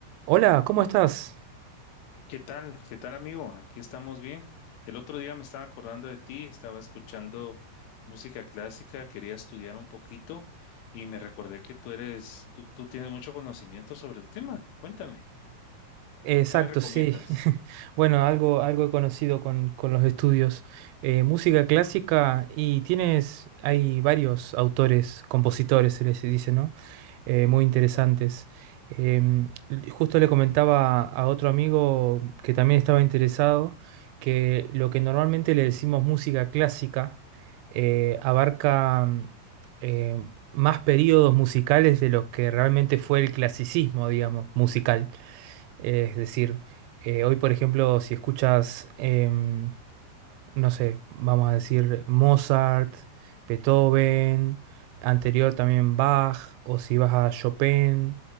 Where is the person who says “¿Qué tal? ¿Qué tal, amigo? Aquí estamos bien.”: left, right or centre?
Left